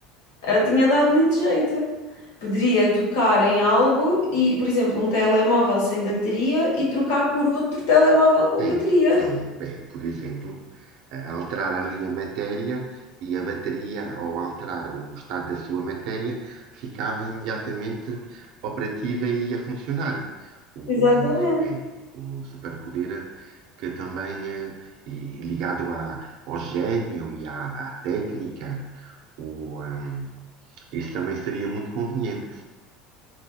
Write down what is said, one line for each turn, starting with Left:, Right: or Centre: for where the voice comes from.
Left: eh, tinha dado muito jeito. Poderia tocar em algo e, por exemplo, um telemóvel sem bateria e trocar por outro telemóvel com
Right: É,
Left: bateria.
Right: é,
Left: <laughs>
Right: é, por exemplo, eh, alterar ali a matéria e a bateria, ou alterar o estado da sua matéria, ficava imediatamente operativa e a funcionar. O,
Left: Exatamente.
Right: é, um, é um superpoder que também, eh, e ligado à, ao gênio e à, à técnica, o, ehm, isso também seria muito conveniente.